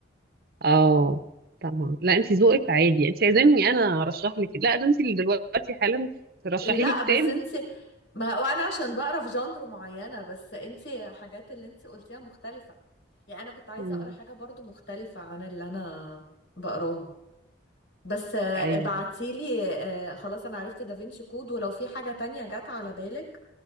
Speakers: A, on the right (about 50°); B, on the left (about 75°).
A: اه طبعا لا انت ذوقك عادي انت عايزاني انا ارشح لك لا ده انت اللي دلوقتي حالا ترشحي
B: لا
A: لي كتاب
B: بس انت ما هو انا عشان بقرا في جانر معينه بس انت حاجات اللي انت قلتيها مختلفه يعني انا كنت عايزه
A: مم.
B: اقرا حاجه برضو مختلفه عن اللي انا بقراها بس آه،
A: ايوه
B: ابعتيلي آه، خلاص انا عرفت دافينشي كود ولو في حاجه تانية جت على بالك